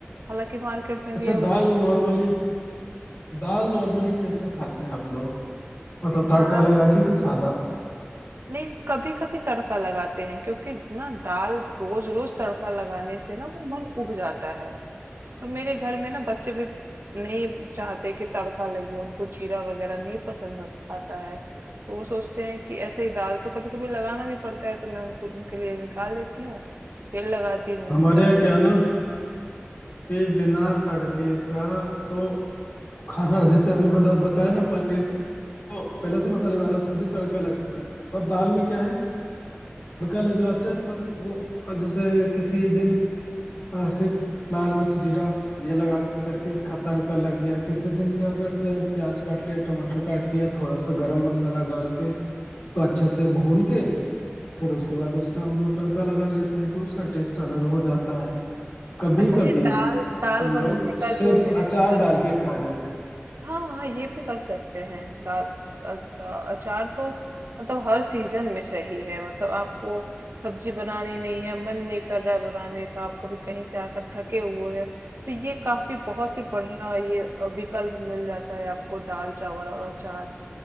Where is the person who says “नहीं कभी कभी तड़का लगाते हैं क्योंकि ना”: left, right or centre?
Right